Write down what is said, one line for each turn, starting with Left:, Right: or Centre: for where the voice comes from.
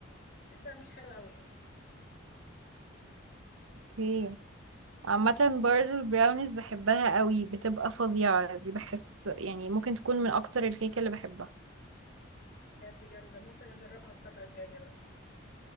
Left: بحسها مش حلوة قوي
Right: اوكي عامة برضه البراونيز بحبها قوي بتبقى فظيعة دي بحس يعني ممكن تكون من اكتر الكيكة اللي بحبها
Left: بجد جامدة ممكن أجربها الفترة الجاية بقى